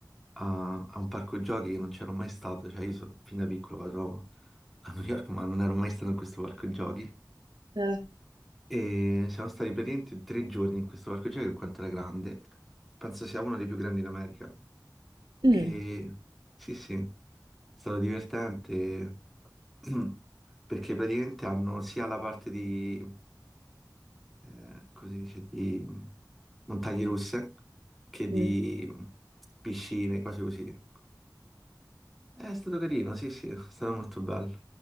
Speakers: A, in the centre; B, on the right (about 75°).
A: a, a un parco giochi che non c'ero mai stato, cioè io so- fin da piccolo vado a New York ma non ero mai stato in questo parco giochi
B: Eh.
A: e siamo stati praticamente tre giorni in questo parco giochi per quanto era grande, penso sia uno dei più grandi in America
B: Mm,
A: e sì, sì, è stato divertente <clears throat> perché praticamente hanno sia la parte di, eh, come si dice, di montagne russe che
B: mm.
A: di piscine, cose così. È stato carino, sì, sì, è stato molto bello.